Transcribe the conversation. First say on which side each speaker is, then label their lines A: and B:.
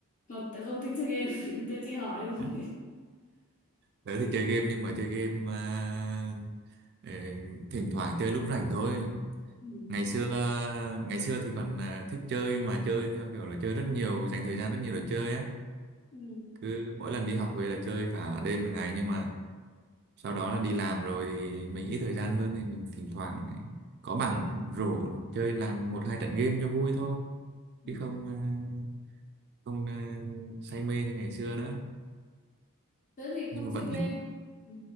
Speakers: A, on the left (about 35°); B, on the right (about 50°).
A: không tớ không thích chơi game <laughs> tớ chỉ hỏi
B: Hả?
A: thôi
B: Tớ thì chơi game nhưng mà chơi game à, ờ, thỉnh thoảng chơi lúc rảnh thôi
A: ừ.
B: ngày
A: <laughs>
B: xưa ngày xưa thì còn à, thích chơi mà chơi theo kiểu là chơi rất nhiều dành thời gian rất nhiều để chơi á
A: Ừ.
B: cứ mỗi lần đi học về là chơi cả đêm cả ngày nhưng mà sau đó là đi làm rồi thì mình ít thời gian hơn thì mình thỉnh thoảng có bạn rủ chơi làm một hai trận game cho vui thôi
A: Ừ.
B: chứ không à, không à, say mê như ngày xưa nữa
A: tớ thì
B: nhưng
A: không
B: mà vẫn
A: chơi game
B: thích
A: ừ.